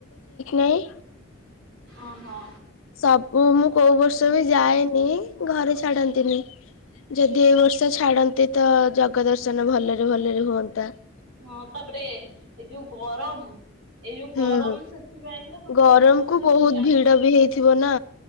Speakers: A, on the left; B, on the right.
A: ନାଇଁ
B: ଓହୋ।
A: ସବୁ ମୁଁ କୋଉ ବର୍ଷ ବି ଯାଏନି ଘରେ ଛାଡନ୍ତିନି । ଯଦି ଏ ବର୍ଷ ଛାଡନ୍ତି ତ ଜଗା ଦର୍ଶନ ଭଲରେ ଭଲରେ ହୁଅନ୍ତା ।
B: ହଁ ତାପରେ ଏ ଯୋଉ ଗରମ୍ ଏଇ ଯୋଉ
A: ହୁଁ
B: ଗରମ ସେଥିପାଇଁ ତ ଟୋଟାଲି
A: ଗରମକୁୁ
B: ଗହଳିରେ
A: ବହୁତ
B: ଯାଇ
A: ଭିଡ
B: ହବନି
A: ବି
B: ।
A: ହେଇଥିବ ନା।